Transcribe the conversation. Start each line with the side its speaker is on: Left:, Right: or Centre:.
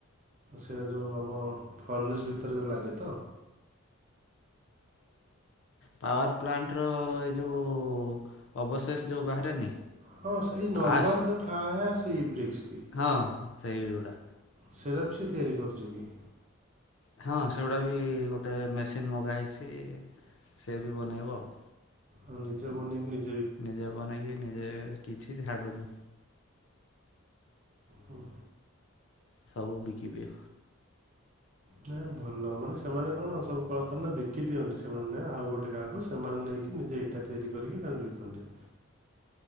Right: ସେଇଟା ଯେଉ ଆମ ଫନିସ୍ ଭିତରେ ଲାଗେ ତ।
Left: ପାୱାର ପ୍ଲାଣ୍ଟର ଏ ଯେଉଁ ଅବଶେଷ ଯେଉଁ ବାହାରେନି।
Right: ହଁ ସେଇ ନର୍ମାଲ
Left: ଆସ୍
Right: ଯୋଉ ଫ୍ଲାଏ ଆସେ। ସେଇ ବ୍ରିକ୍ସ।
Left: ହଁ। ସେଇଗୁଡା।
Right: ସିପ୍ ସେ ତିଆରି କରୁଛି କି?
Left: ହଁ ସେଗୁଡ଼ା ବି ଗୋଟେ ମେସିନ୍ ମଗା ହେଇଛି ସେ ବି ବନେଇବ ଆଉ।
Right: ହଁ ନିଜେ ବନିଇକି ନିଜ।
Left: ନିଜେ ବନେଇକି ନିଜେ କିଛି ଛାଡୁନି।
Right: ହୁଁ।
Left: ସବୁ ବିକିଦିଅ।
Right: ନା ଭଲ ମାନେ ସେମାନେ କଣ ସବୁ କଳଖାନ ବିକି ଦିଅନ୍ତି ସେମାନେ ଆଉ ଗୋଟେ କାହାକୁ ସେମାନେ ନେଇକି ନିଜେ ଇଟା ତିଆରି କରିକି ତାକୁ ବିକନ୍ତି।